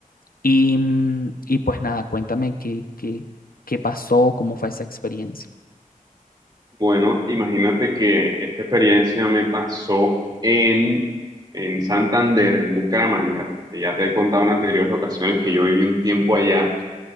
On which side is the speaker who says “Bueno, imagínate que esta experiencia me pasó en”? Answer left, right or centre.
Right